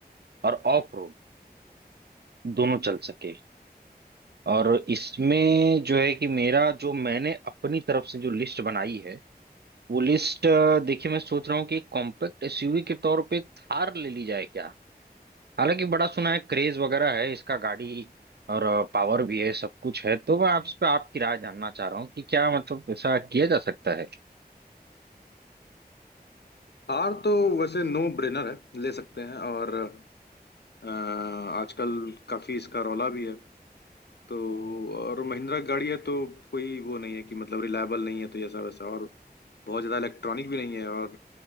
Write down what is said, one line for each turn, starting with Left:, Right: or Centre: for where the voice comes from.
Right: और ऑफ रोड दोनों चल सके और इसमें जो है कि मेरा जो मैंने अपनी तरफ से जो लिस्ट बनाई है वो लिस्ट देखिए मैं सोच रहा हूँ कि कॉम्पैक्ट एसयूवी के तौर पे थार ले ली जाए क्या हालांकि बड़ा सुना है क्रेज वगैरह है इसका गाड़ी और पावर भी है सब कुछ है तो मैं आप इस पे आपकी राय जानना चाह रहा हूँ कि क्या मतलब ऐसा किया जा सकता है
Left: कार तो वैसे नो ब्रेनर है ले सकते हैं और अ, आजकल काफी इसका रौला भी है तो और महिंद्रा की गाड़ी है तो कोई वो नहीं है कि मतलब रिलायबल नहीं है तो ऐसा वैसा और बहुत ज़्यादा इलेक्ट्रॉनिक भी नहीं है और